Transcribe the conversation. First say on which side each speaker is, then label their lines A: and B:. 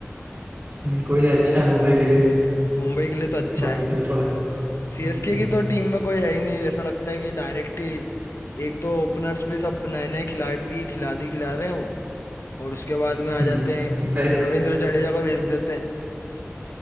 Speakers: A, on the right (about 35°); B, on the left (about 65°).
A: हम्म, कोई नहीं अच्छा है मुंबई के लिए
B: मुंबई के लिए तो अच्छा
A: ये बाकी
B: है
A: टीम थोड़ा हम्म
B: सीएसके
A: हम्म,
B: की तो टीम में कोई है ही नहीं ऐसा लगता है कि डायरेक्ट ही एक दो ओपनर्स भी सब नए नए खिला दी खिला दी खिला रहे हैं वो और उसके बाद में आ
A: हम्म,
B: जाते हैं
A: उनका एक
B: रविंद्र जडेजा को भेज देते हैं